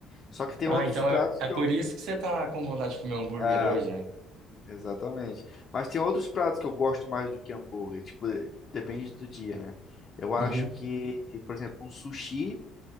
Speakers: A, on the left; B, on the right.
A: Só que tem
B: Ah,
A: outros
B: então
A: pratos
B: é, é
A: que
B: por
A: eu.
B: isso que você tá com vontade de comer um hambúrguer
A: É,
B: hoje? é?
A: exatamente. Mas tem outros pratos que eu gosto mais do que hambúrguer. Tipo, de- depende do dia, né? Eu acho
B: Uhum.
A: que, por exemplo, um sushi.